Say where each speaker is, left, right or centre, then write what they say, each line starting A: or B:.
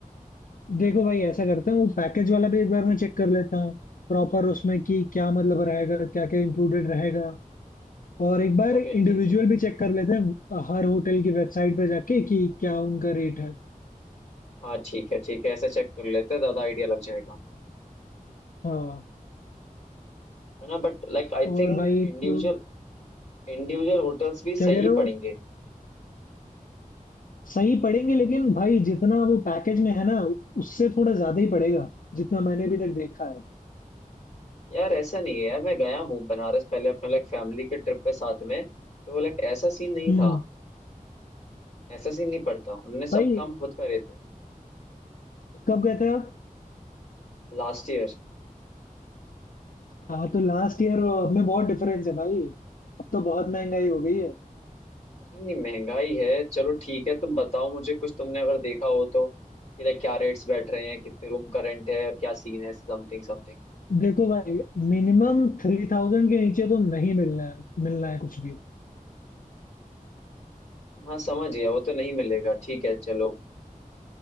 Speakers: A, on the left; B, on the left.
A: देखो भाई ऐसा करते हैं वो पैकेज वाला भी एक बार मैं चेक कर लेता हूँ प्रॉपर उसमें कि क्या मतलब रहेगा क्या क्या इंक्लूडेड रहेगा और एक बार
B: ओके
A: इंडिविजुअल
B: ठीक है
A: भी चेक कर लेते हैं हर होटल की वेबसाइट पे जाके कि क्या उनका रेट है
B: हाँ ठीक है ठीक है ऐसे चेक कर लेते हैं ज्यादा आइडिया लग जाएगा
A: हाँ
B: है ना But like I
A: और
B: think
A: भाई तो
B: individual individual hotels भी
A: क्या
B: सही
A: कह रहे हो
B: पड़ेंगे
A: सही पड़ेंगे लेकिन भाई जितना वो पैकेज में है ना उससे थोड़ा ज्यादा ही पड़ेगा जितना मैंने अभी तक देखा है
B: यार ऐसा नहीं है यार मैं गया हूँ बनारस पहले अपने लाइक फैमिली के ट्रिप पे साथ में तो लाइक ऐसा सीन नहीं
A: हम्म
B: था ऐसा सीन नहीं पड़ता उनने
A: भाई
B: सब काम खुद करे थे
A: कब गए थे आप
B: Last year
A: हाँ तो लास्ट ईयर और अब में बहुत डिफरेंस है भाई अब तो बहुत महंगाई हो गई है
B: अरे नहीं महंगाई है चलो ठीक है तुम बताओ मुझे कुछ तुमने अगर देखा हो तो कि लाइक क्या रेट्स बैठ रहे हैं कितने रूम का रेंट है और क्या सीन है समथिंग समथिंग
A: देखो भाई मिनिमम थ्री थाउजेंड के नीचे तो नहीं मिलना है मिलना है कुछ भी
B: हाँ समझ गया वो तो नहीं मिलेगा ठीक है चलो